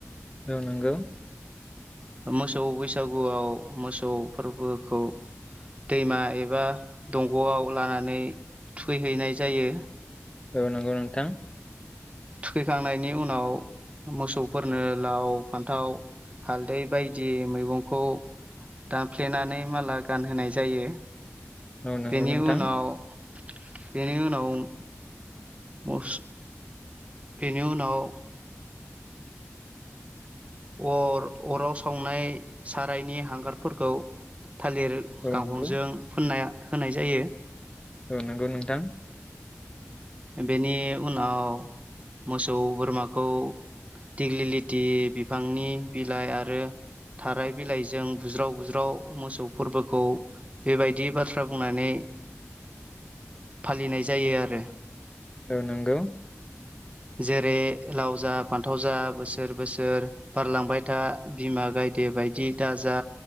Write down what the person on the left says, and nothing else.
औ नोंगौ।
औ नंगौ नोंथां।
औ नंगौ
नोंथां।
औ
नंगौ
औ नंगौ नोंथां।
<inaudible>
औ नंगौ।